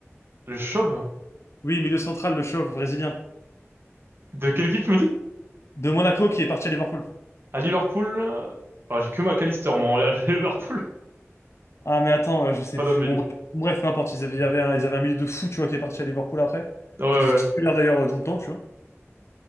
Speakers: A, on the right; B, on the left.
A: Le Chauve?
B: Oui, milieu central, le chauve brésilien.
A: De quelle équipe tu me dis?
B: De Monaco qui est parti à Liverpool.
A: À Liverpool? euh, ouais, j'ai que McAllister, moi, à Liverpool. <laughs>
B: Ah, mais attends, euh, je
A: J'ai
B: sais
A: pas
B: plus.
A: d'autres milieux.
B: Bon, bref, bref, peu importe. Ils avaient, ils avaient un, ils avaient un milieu de fou, tu vois, qui est parti à Liverpool après.
A: Ouais, ouais.
B: Qui était titulaire
A: ouais.
B: d'ailleurs euh, tout le temps, tu vois.